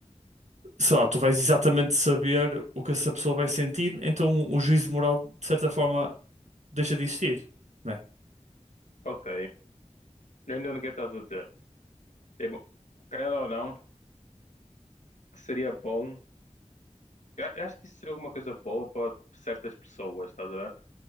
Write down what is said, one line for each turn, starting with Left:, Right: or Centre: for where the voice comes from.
Right: sei lá, tu vais exatamente saber o que essa pessoa vai sentir, então o juízo de moral, de certa forma, deixa de existir, né?
Left: ok. Eu ainda não que estás a dizer. Tipo, querendo ou não, seria bom. Eu acho que isso seria alguma coisa boa para certas pessoas, estás a ver?